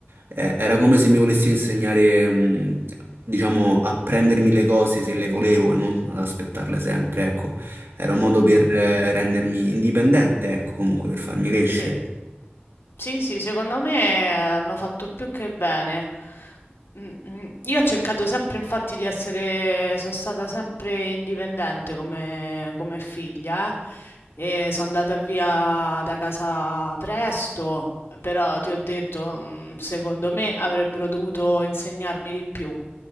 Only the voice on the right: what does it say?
eh, era come se mi volessi insegnare, mh, diciamo, a prendermi le cose se le volevo e non ad aspettarle sempre, ecco. Era un modo per
eh, rendermi indipendente, ecco, comunque per farmi crescere.